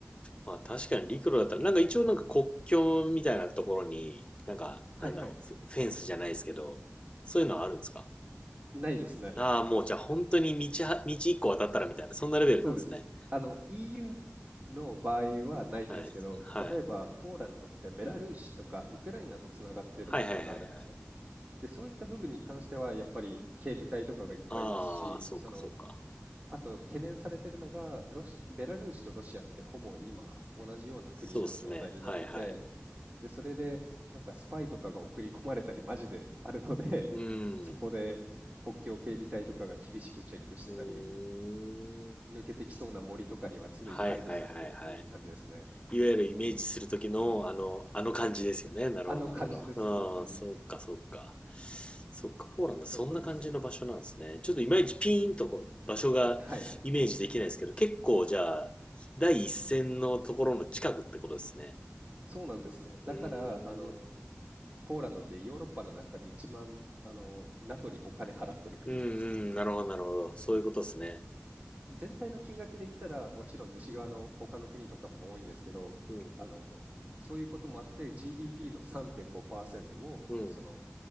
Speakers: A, on the left; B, on the right.
A: まあ確かに陸路だったら、なんか一応なんか国境みたいなところに、なんか、
B: はいはい。
A: なんだろう、フェフェンスじゃないですけど、そういうのはあるんですか
B: ないですね。
A: ああー、もうじゃあ本当に道は、道一個渡ったらみたいな、そんなレベルなんですね。
B: そうです。あの、EU の場合はないんですけど、
A: はい。はい。
B: 例えばポーランドってベラルーシとかウクライナとつながっている部分があるんですね。
A: はいはいはいはい。
B: で、そういった部分に関しては、やっぱり警備隊とかがいっぱいいますし、
A: ああ、そうかそうか。
B: その、あと懸念されてるのが、ロシ、ベラルーシとロシアってほぼ今同じような国の状態になってて、
A: そうっすね。はいはい。
B: で、それでなんかスパイとかが送り込まれたりマジであるので、
A: うん。
B: <laughs> そこで国境警備隊とかが厳しくチェックしてたり、
A: うーん。
B: 抜けてきそうな森とかには常に配備されてるっていう感じですね。
A: はいはいはいはい。いわゆるイメージする時のあの、あの感じですよね。なるほどなるほど。
B: あの感じです、本当に。
A: うん、そっかそっか。そっか、ポーランドそんな感じの場所なんですね。
B: そうなんですよ。
A: ちょっといまいちピーンとこう場所がイメージできないですけど、
B: <laughs> はい。
A: 結構じゃあ、第一線のところの近くってことですね。
B: そうなんですね。だから、
A: うーん。
B: あの、ポーランドってヨーロッパの中で一番あの NATO にお金払ってる国なんですよ。
A: うんうん、なるほどなるほど。そういうことですね。
B: 全体の金額で言ったらもちろん西側の他の国とかも多いんですけど、
A: うん、
B: あのそういうこともあって GDP の3.5%をその
A: う